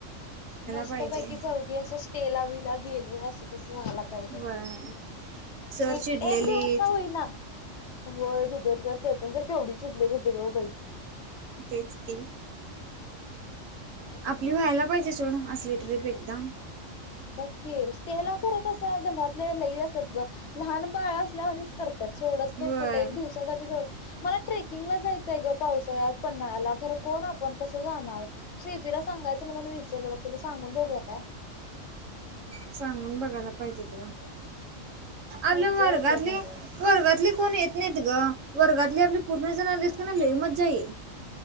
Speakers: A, on the left; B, on the right.
A: मस्तं
B: पाहिजे
A: पैकी चवघी असं स्टेला विलां गेलोय असं तसं वहांयला पाहिजे
B: व्हय सर
A: एक
B: चिडलेलीत
A: एक दिवसं कां होईना होयं दुबेरच्यां स्टेवरं केवढी चिडलेली होती गं बाई
B: तेचं की
A: काय
B: आपली
A: नव्हच
B: व्हांयला पाहिजे चलं असली ट्रीप एकदाचं
A: बघं की स्टेला खरं तसं घरातले लई असतं ग लहांन बाळं असल्यांवाणी करतांत त्यांत सोडतं
B: व्हय
A: नाहींत कुंठे एक दिवसांसाठी सोंड मलां ट्रेकिंगला जायचंय गं पावसाळ्यांत पन्हाळ्यांला खरं कोणं आपणं कसं जाणारं शेफीला सांगायचं म्हणूंन विसरलं बघं तिलां सांगून बघूंया कायं
B: सांगून बघांयला पाहिजे तिलां
A: मज्जा
B: आपल्यां वर्गातली
A: येत्या खरं
B: वर्गातले कोणं येतं नाहींत गं वर्गातले आपले पूर्ण जणं आलेत की नाहीं लई मज्जां येईल